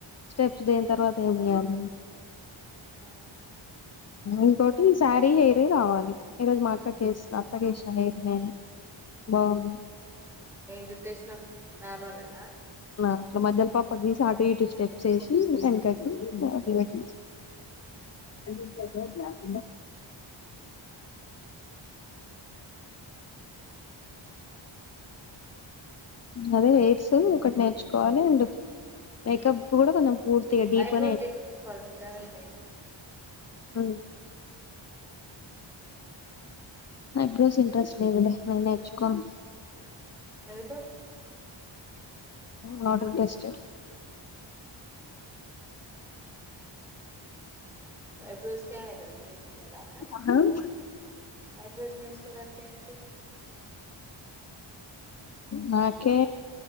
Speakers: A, on the left (about 35°); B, in the centre.
A: స్టెప్స్ దెన్ తర్వాత ఏమి చేయాలి
B: ఆ
A: ఇంకోటి ఈ శారీ హెయిర్ రావాలి, ఈరోజు మా అక్కకిసిన అత్తక వేసిన హెయిర్ నేనే బాగుంది.
B: ఏం చుట్టేసినా నార్మల్ హేన
A: నా అట్లా మధ్యలో పాపడు తీసి అటు ఇటు స్టెప్స్ వేసి వెనకాకి అట్ పె అన్ని అదే హెయిర్స్ ఒకటి నేర్చుకోవాలి అండ్ మేకప్ కూడా కొంచెం పూర్తిగా డీప్‌గా
B: ఐబ్రో చేపించుకోవాలి నిజంగనె నేను
A: అ ఐబ్రోస్ ఇంట్రెస్ట్ లేదులే నేను నేర్చుకోను
B: ఎందుకు
A: నాట్ ఇంట్రెస్టెడ్
B: ఐబ్రోస్ కి ఏమైతది నేర్చుకునే దాకా
A: ఆ
B: ఐబ్రోస్ నేర్చుకోడానికేమైత
A: నాకే